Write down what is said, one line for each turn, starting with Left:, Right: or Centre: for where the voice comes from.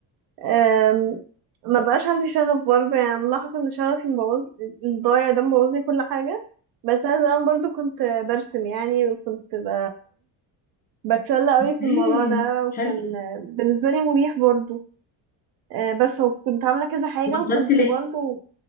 Right: آم، ما بقاش عندي شغف برضه يعني ملاحظة ان شغفي مبوظ الضايع ده مبوظ لي كل حاجة بس انا زمان برضو كنت برسم يعني وكنت ب... بتسلى قوي في
Left: ايه
Right: الموضوع ده وكان
Left: حلو
Right: بالنسبة لي مريح برضو آه، بس هو كنت عاملة كذا حاجة وكنت
Left: بطلتي ليه؟
Right: برضو